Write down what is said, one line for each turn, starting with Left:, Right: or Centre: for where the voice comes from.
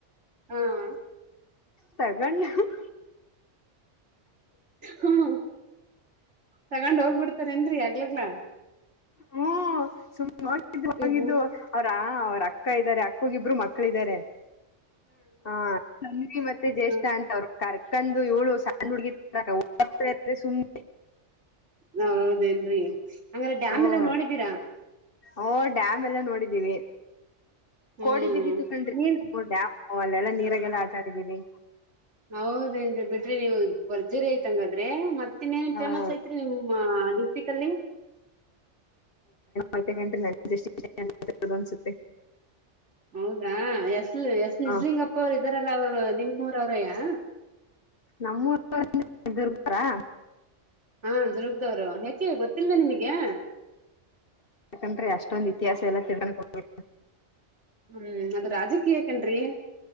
Right: ಹಾ? <inaudible>
Left: ತಗೊಂಡ <inaudible>
Right: ಹ್ಮ, ತಗೊಂಡ್, ಹೋಗ್ಬಿಡ್ತಾರ? ಏನ್ರಿ ಆಗ್ಲಗ್ಲ! <inaudible>
Left: ಹ್ಮ? <inaudible> ನೋಡಿದ್ದು,
Right: ಹ್ಮ್
Left: ಹೋಗಿದ್ದು ಅವ್ರಾ ಅವ್ರ ಅಕ್ಕ ಇದ್ದಾರೆ, ಅಕ್ಕೋಗಿಬ್ರು, ಮಕ್ಕಲೂ? <inaudible> ಮಕ್ಕಳ, ಇದಿದ್ದಾರೆ? <inaudible> ಹಾ! ಕಮ್ಮಿ, ಮತ್ತೆ ಜ್ಯೇಷ್ಠ!
Right: ಹಾ
Left: ಅಂತವ್ರು, ಕರ್ಕಂಡು ಇವಳು, ಸಣ್ಣ, ಹುಡ್ಗಿತರ? <inaudible> ಏ ಸುಮ್ಮ.
Right: ಹೌದೇನ್ರರಿ. ಹಂಗಾರೆ ಡ್ಯಾಮ್
Left: ಹ್ಮ್
Right: ಎಲ್ಲಾ ನೋಡಿದೀರಾ.
Left: ಓ ಡ್ಯಾಮ್ ಎಲ್ಲ ನೋಡಿದೀವಿ.
Right: ಹ್ಮ್
Left: ಕೋಡಿ ಬಿದ್ದಿತು ಕಂಡ್ರಿ
Right: ನೀನ್
Left: ಓ ಡ್ಯಾಮ್. ಓ ಅಲ್ಲೆಲ್ಲಾ ನೀರಾಗೆಲ್ಲ ಆಟಾಡಿದಿರಿ.
Right: ಹೌದೇನ್ರಿ ಬಿಡ್ರಿ ನೀವು ಭರ್ಜರಿ ಆಯಿತ್ ಹಂಗ್ ಆದ್ರೆ ಮತ್. ತಿನ್ನೇನಕ್
Left: ನಾವು
Right: ಫೇಮಸ್ ಐತ್ರಿ ನಿಮ್ಮ ಆ ಡಿಸ್ಟಿಕಲ್ಲಿ.
Left: ಆಯ್ತ ಎಂಟ್ ನನ್ನ <unintelligible> ಅನ್ಸುತ್ತೆ.
Right: ಹೌದಾ ಎಸ್ ಎಸ್ ನಿಜ್ಲಿಂಗಪ್ಪ
Left: ಹ
Right: ಅವ್ರು ಇದ್ದಾರಲ್ಲ ಅವ್ರು. ನಿಮ್ಮೂರೋರೆಯಾ.
Left: ನಮ್ಮೂರೊರೆ <inaudible> ಎನ್ ಇದು ಇರ್ತಾರ.
Right: ಹಾ ದುರ್ಗದೋರು ಯಾಕ್. ಏ ಗೊತ್ತಿಲ್ವಾ ನಿಮಿಗೆ.
Left: ಕಂಡ್ರಿ ಅಷ್ಟೊಂದ್ ಇತಿಹಾಸ ಏಲ್ಲಾ ತಿಳ್ಕೊಂಡು ಕೊಟ್ರು.
Right: ಹ್ಮ್ ಅದು ರಾಜಕೀಯ ಕಂಡ್ರಿ.